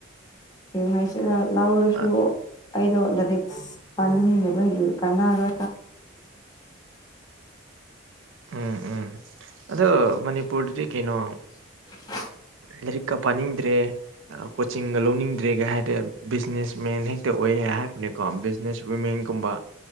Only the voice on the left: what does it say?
ꯍꯥꯏꯁꯤꯔ ꯂꯥꯎꯔꯁꯨ
ꯂꯣꯠꯂꯗꯤ ꯄꯅꯤꯡꯅꯦ ꯑꯩꯈꯣꯏꯒꯤ ꯀꯅꯥꯒ
<unintelligible>